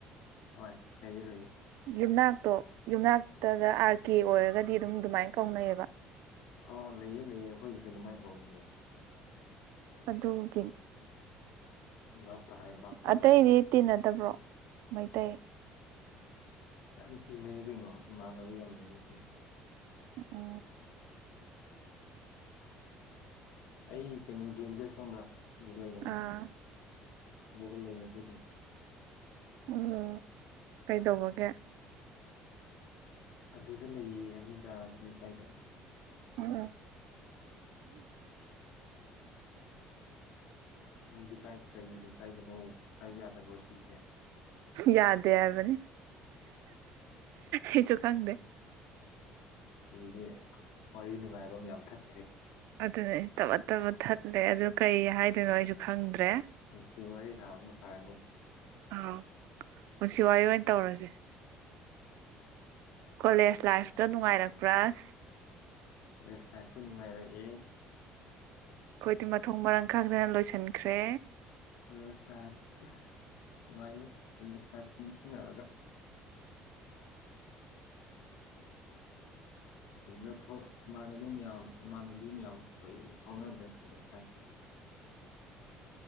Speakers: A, on the left; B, on the right.
A: ꯍꯣꯏ ꯂꯩꯌꯦ ꯂꯩꯌꯦ
B: ꯌꯨꯝꯅꯥꯛꯇꯣ ꯌꯨꯝꯅꯥꯛꯇꯗ ꯑꯥꯔ ꯀꯦ ꯑꯣꯏꯔꯒꯗꯤ ꯑꯗꯨꯝ ꯑꯗꯨꯃꯥꯏꯅ ꯀꯧꯅꯩꯌꯦꯕ
A: ꯑꯣ ꯂꯩꯌꯦ ꯂꯩꯌꯦ ꯑꯩꯈꯣꯏꯒꯤꯁꯨ ꯑꯗꯨꯃꯥꯏꯅ ꯀꯧꯕ ꯂꯩꯌꯦ
B: ꯑꯗꯨꯒꯤ
A: ꯚꯞ ꯇꯥꯔꯦ ꯚꯞ ꯇꯥꯔꯦ
B: ꯑꯇꯩꯗꯤ ꯇꯤꯟꯅꯗꯕ꯭ꯔꯣ ꯃꯩꯇꯩ
A: ꯌꯥꯝ ꯇꯤꯟꯅꯩ ꯀꯩꯅꯣ ꯏꯃꯥꯟꯅꯕ ꯌꯥꯝ ꯂꯩ ꯀꯩꯅꯣ
B: ꯑ
A: ꯑꯩ ꯀꯩꯅꯣ ꯒꯦꯝꯂꯦꯁ ꯈꯪꯕ꯭ꯔꯥ ꯑꯗꯨ ꯂꯩꯔꯝꯃꯦ
B: ꯑꯥ
A: ꯑꯗꯨꯗ ꯂꯩꯌꯦ ꯑꯩꯈꯣꯏꯗꯤ
B: ꯑꯣ ꯀꯩꯗꯧꯕꯒꯦ
A: ꯑꯗꯨꯗ ꯂꯩꯌꯦ ꯍꯥꯏꯃꯤꯗꯥ ꯑꯗꯨ ꯂꯩꯀꯥꯏꯗ
B: ꯑꯣ
A: ꯅꯪꯗꯤ ꯀꯥꯏ ꯀꯔꯤ ꯂꯩꯀꯥꯏꯗꯅꯣ ꯍꯥꯏꯕ ꯌꯥꯗꯕ꯭ꯔꯣ ꯁꯤꯁꯦ
B: ꯌꯥꯗꯦ ꯍꯥꯏꯕꯅꯤ ꯑꯩꯁꯨ ꯈꯪꯗꯦ
A: ꯑꯗꯨꯗꯤ ꯋꯥꯔꯤ ꯅꯨꯡꯉꯥꯏꯕ ꯑꯃ ꯌꯥꯝ ꯊꯠ
B: ꯑꯗꯨꯅ ꯇꯕ ꯇꯕꯠ ꯊꯠꯂꯦ ꯑꯗꯨ ꯀꯩ ꯍꯥꯏꯗꯣꯏꯅꯣ ꯑꯩꯁꯨ ꯈꯪꯗ꯭ꯔꯦ
A: ꯅꯨꯡꯁꯤ ꯋꯥꯔꯤ ꯁꯥꯕꯅ ꯐꯔꯅꯤ
B: ꯑꯥꯎ ꯄꯨꯟꯁꯤ ꯋꯥꯔꯤ ꯑꯣꯏꯅ ꯇꯧꯔꯁꯦ ꯀꯣꯂꯦꯖ ꯂꯥꯏꯐꯇꯣ ꯅꯨꯡꯉꯥꯏꯔꯛꯄ꯭ꯔꯥꯁ
A: ꯒꯦꯁ ꯂꯥꯛꯇꯨ ꯨꯃꯥꯏꯔ ꯑꯦ
B: ꯑꯩꯈꯣꯏꯗꯤ ꯃꯊꯣꯡ ꯃꯔꯥꯡ ꯈꯪꯗꯅ ꯂꯣꯏꯁꯤꯟꯈ꯭ꯔꯦ
A: ꯀꯂꯦꯖ ꯂꯥꯏ ꯅꯨꯡꯉꯥꯏꯅꯣ ꯀꯂꯦꯖ ꯂꯥꯏꯐ ꯅꯤꯡꯁꯤꯡꯉꯔꯒ ꯑꯗꯨꯗ ꯏꯃꯥꯟꯅꯕ ꯃꯌꯥꯝ ꯏꯃꯥꯟꯅꯕꯤ ꯃꯌꯥꯝ ꯂꯣꯏ ꯐꯥꯎꯅꯗ꯭ꯔꯦ ꯍꯧꯂ ꯂꯥꯏꯐꯀꯤ
B: <inaudible>